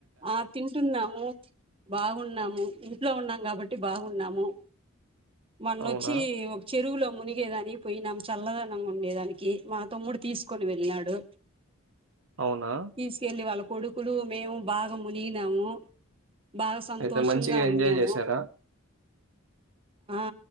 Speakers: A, on the right; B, on the right.
A: ఆ తింటున్నాము బాగున్నాము ఇంట్లో ఉన్నాం కాబట్ బాగున్నాము మన్నొచ్చి
B: అవునా?
A: ఒక చెరువులో మునిగేదాని పొయినాం చల్లదనం గుండేదానికి మా తమ్ముడు తీసుకోని వెళ్ళినాడు
B: అవునా?
A: తీసుకెళ్లి వాళ్ళ కొడుకులు మేము బాగా మునిగినాము బాగా సంతోషంగా
B: అయితే మంచిగా
A: ఉండేము
B: ఎంజాయ్ చేశారా?
A: ఆ